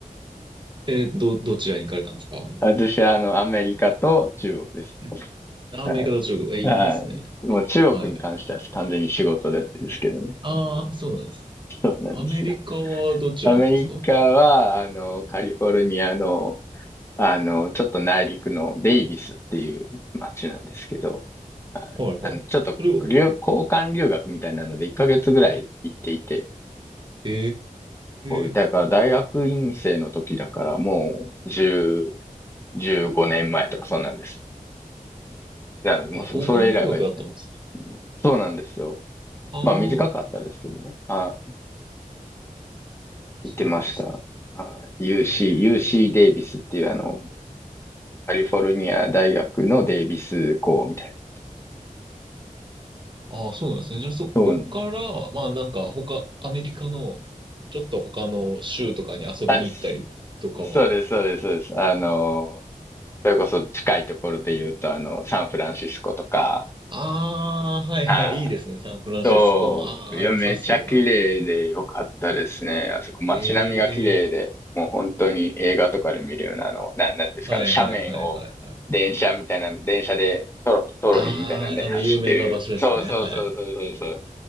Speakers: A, on the right; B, on the left.
A: えー、ど、どちらに行かれたんですか
B: 私はあの、アメリカと中国です。
A: うん。あアメリカと中国、
B: はいはい。
A: え、いいいいですね。
B: もう中国に関しては完全に仕事でですけどね。
A: えはい。ああ、そうなんです。
B: そうなんですよ。
A: アメリカはどちらなんですかは
B: アメリカは、あの、カリフォルニアの、あの、ちょっと内陸のデイビスっていう街なんですけど、はいあの、
A: いはい。それを、
B: ちょっと留、交換留学みたいなので1ヶ月ぐらい行っていて、
A: ええい
B: だから大学院生の時だからもう10、15年前とかそんなんです。いや、もうそ、
A: や、交換留学だったんですね。
B: それ以来は行ってない。そうなんですよ。
A: ああ、
B: まあ短かったですけどね。は
A: そうですか。
B: い。行ってました。はい。UC、
A: ええ
B: UC デイビスっていうあの、カリフォルニア大学のデイビス校みたい
A: ああ、そうなんですね。じゃあそこから、
B: な。そう。
A: まあなんか他、アメリカの、ちょっと他の州とかに遊びに行ったりとかは。
B: あ、しそうです、そうです、そうです。あの、それこそ近いところで言うと、あの、サンフランシスコとか、
A: ああ、はいはい、
B: はい
A: いいですね。サンフランシスコ。
B: そう。
A: ああ、
B: いや、
A: 良さそうだな。
B: めちゃ綺麗でよかったですね。あそこ街並みが綺麗で、
A: ええ
B: もう本当に映画とかで見るような、あの、な、なんていうんですか、
A: はいはいはいはいはい。
B: あの、斜面を電車みたいな、電車でトロ、トロリーみたいなんで走ってる。
A: ああ、あの、有名な場所ですね。
B: そうそうそうそうそうそう。
A: はい。